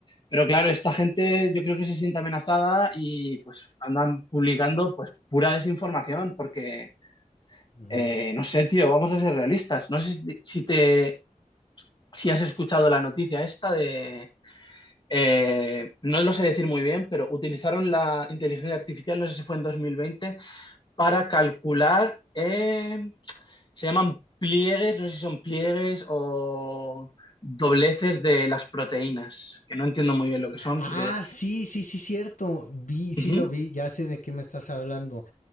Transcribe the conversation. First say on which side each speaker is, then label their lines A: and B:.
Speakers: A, on the left (about 35°); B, on the left (about 75°).
A: Pero claro, esta gente yo creo que se siente amenazada y pues andan publicando pues pura desinformación porque,
B: ujú.
A: eh, no sé, tío, vamos a ser realistas. No sé si, te, si has escuchado la noticia esta de, eh, no lo sé decir muy bien, pero utilizaron la inteligencia artificial, no sé si fue en 2020, para calcular, eh, se llaman pliegues, no sé si son pliegues o dobleces de las proteínas, que no entiendo muy bien lo que son,
B: Ah,
A: porque...
B: sí, sí, sí, cierto. Vi, sí
A: Ujú,
B: lo vi, ya sé de qué me estás hablando.